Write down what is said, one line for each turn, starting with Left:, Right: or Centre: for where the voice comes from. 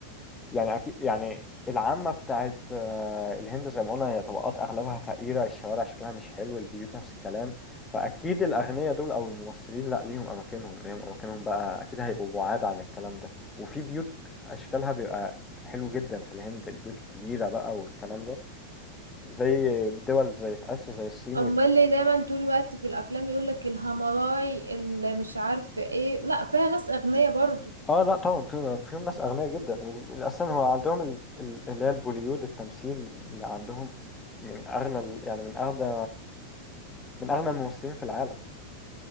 Left: يعني أكيد يعني العامة بتاعت آه، الهند زي ما قلنا هي طبقات أغلبها فقيرة الشوارع شكلها مش حلو البيوت نفس الكلام فأكيد الأغنياء دول أو الممثلين لأ ليهم أماكنهم ليهم أماكنهم بقى أكيد هيبقوا بعاد عن الكلام ده وفي بيوت أشكالها بيبقى حلو جدا في الهند البيوت الكبيرة بقى والكلام ده زي دول زي في آسيا زي الصين
Right: امال
Left: وال...
Right: اللي دايما طول الوقت في الافلام يقول لك الهملاي اللي مش عارف ايه لا فيها ناس اغنياء برضو
Left: اه لا طبعا فيهم فيهم ناس أغنياء جدا أصلا هو عندهم ال- ال- اللي هي البوليود التمثيل اللي عندهم من أغنى ال- يعني من أغنى من اغنى الممثلين في العالم